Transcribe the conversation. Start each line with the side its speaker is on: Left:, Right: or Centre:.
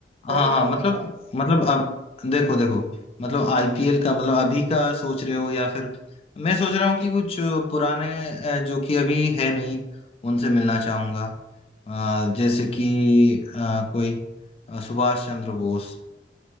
Right: पहले
Left: हाँ हाँ
Right: तू
Left: मतलब
Right: बता
Left: मतलब अब देखो देखो मतलब आईपीएल का मतलब अभी का सोच रहे हो या फिर मैं सोच रहा हूँ कि कुछ पुराने अ, जो कि अभी है नहीं उनसे मिलना चाहूंगा अ, जैसे कि अ, कोई अ, सुभाष चंद्र बोस